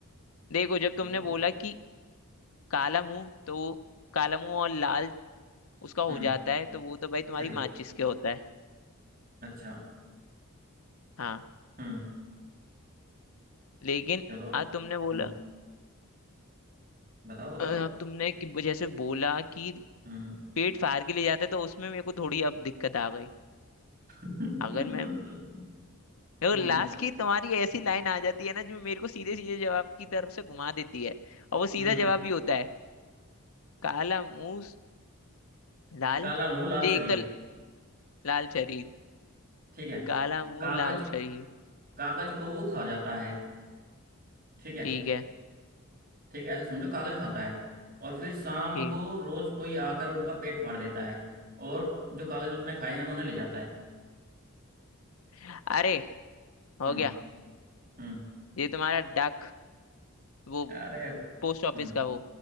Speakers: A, on the left; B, on the right.
A: देखो जब तुमने
B: बताओ
A: बोला
B: बस।
A: कि काला मुंह तो वो काला मुंह और लाल उसका हो
B: हम्म
A: जाता है तो वो तो भाई तुम्हारी
B: शरीर
A: माचिस के होता है
B: अच्छा
A: हाँ
B: हम्म
A: लेकिन
B: चलो
A: अब तुमने बोला
B: हम्म बताओ बताओ
A: अ, अब तुमने कि जैसे बोला कि
B: हम्म
A: पेट फाड़ के ले जाते तो उसमें मेरे को थोड़ी अब दिक्कत आ गई
B: <laughs>
A: अगर मैं और
B: हम्म
A: लास्ट की तुम्हारी ऐसी लाइन आ जाती है ना जो मेरे को सीधे सीधे जवाब की तरफ से घुमा देती है और वो सीधा
B: हम्म
A: जवाब भी होता है काला मुंह लाल
B: काला मुंह लाल
A: ये
B: शरीर
A: एक तो लाल शरीर
B: ठीक है
A: काला मुंह
B: कागज
A: लाल शरीर
B: कागज को वो खा जाता है ठीक है
A: ठीक है
B: ठीक है ऐसे समझो कागज खाता है और फिर शाम
A: ठीक
B: को रोज कोई आकर उनका पेट फाड़ देता है और जो कागज उसने खाए हैं उन्हें ले जाता है
A: है अरे हो
B: हम्म
A: गया
B: हम्म
A: ये तुम्हारा डक वो
B: अरे
A: पोस्ट
B: हम्म
A: ऑफिस का वो